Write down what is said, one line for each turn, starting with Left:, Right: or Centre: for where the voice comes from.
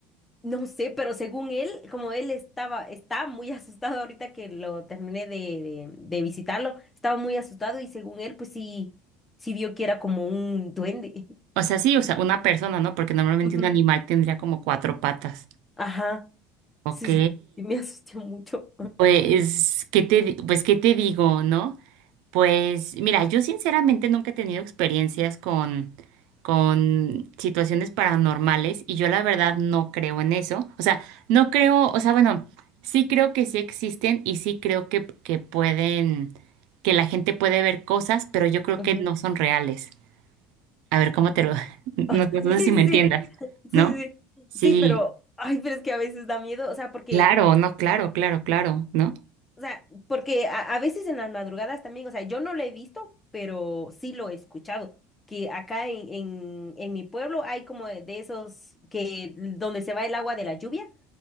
Left: No sé, pero según él, como él estaba, está muy <laughs> asustado ahorita que lo terminé de, de, de visitarlo, estaba muy asustado y según él, pues sí, sí vio que era como un duende.
Right: O sea, sí, o sea,
Left: <laughs>
Right: una persona, ¿no? Porque normalmente
Left: Ujú.
Right: un animal tendría como cuatro patas.
Left: Ajá,
Right: Ok.
Left: sí, sí, sí me asusté mucho.
Right: Pues, ¿qué te, di- pues, ¿qué te digo, no? Pues mira, yo sinceramente nunca he tenido experiencias con, con situaciones paranormales y yo la verdad no creo en eso. O sea, no creo, o sea, bueno, sí creo que sí existen y sí creo que, que pueden, que la gente puede ver cosas, pero yo creo
Left: <laughs>
Right: que
Left: Ujú.
Right: no son reales. A ver, ¿cómo te lo... <laughs>
Left: <laughs>
Right: No, no
Left: Sí,
Right: sé
Left: sí,
Right: si me entiendas,
Left: sí,
Right: ¿no?
Left: sí, sí,
Right: Sí,
Left: sí, pero, ay, pero es que a veces da miedo, o sea, porque...
Right: claro, no, claro, claro, claro, ¿no?
Left: O sea, porque a, a veces en las madrugadas también, o sea, yo no lo he visto, pero sí lo he escuchado, que acá en, en, en mi pueblo hay como de, de esos que donde se va el agua de la lluvia,